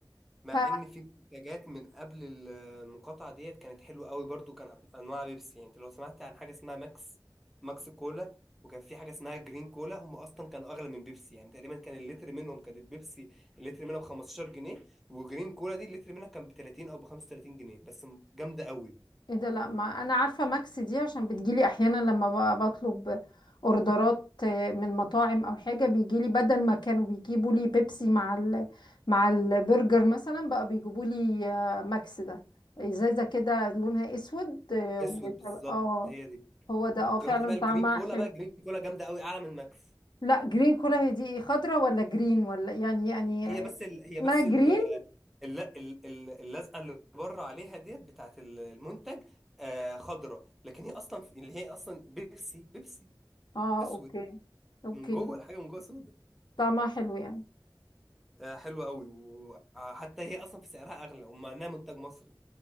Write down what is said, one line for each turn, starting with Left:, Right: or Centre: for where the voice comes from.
Centre: مع
Left: ف
Centre: ان في منتجات من قبل ال- المقاطعه ديت كانت حلوه قوي برضو كان أط- انواع بيبسي يعني انت لو سمعت عن حاجه اسمها ماكس ماكس كولا وكان في حاجه اسمها جرين كولا هم اصلا كانوا اغلى من بيبسي يعني تقريبا كان اللتر منهم كان البيبسي اللتر منها ب 15 جنيه وجرين كولا دي اللتر منها كان ب 30 او ب 35 جنيه بس م- جامده قوي
Left: ايه ده لا ما انا عارفه ماكس دي عشان بتجيلي احيانا لما بقى بطلب اوردرات آه، من مطاعم او حاجه بيجيلي بدل ما كانوا بيجيبوا لي بيبسي مع ال... مع البرجر مثلا بقى بيجيبوا لي آه، ماكس ده ازازه كده لونها اسود اه
Centre: اسود
Left: وت-
Centre: بالظبط
Left: آه،
Centre: هي دي
Left: هو ده اه
Centre: جربت
Left: فعلا
Centre: بقى
Left: طعمها
Centre: الجرين كولا
Left: حلو
Centre: بقى جرين كولا جامده قوي اعلى من ماكس
Left: لا جرين كلها هي دي ايه خضرة ولا جرين ولا يعني يعني
Centre: هي بس ال... هي بس
Left: اسمها جرين
Centre: الل- ال- ال- اللزقه اللي بره عليها ديت بتاعت ال- المنتج آه خضره لكن هي اصلا في- اللي هي اصلا بيبسي بيبسي
Left: اه
Centre: اسود
Left: اوكي اوكي
Centre: من جوه الحاجه من جوه سودا
Left: طعمها حلو يعني
Centre: آه حلوه قوي وحتى هي اصلا في سعرها اغلى ومع انها منتج مصري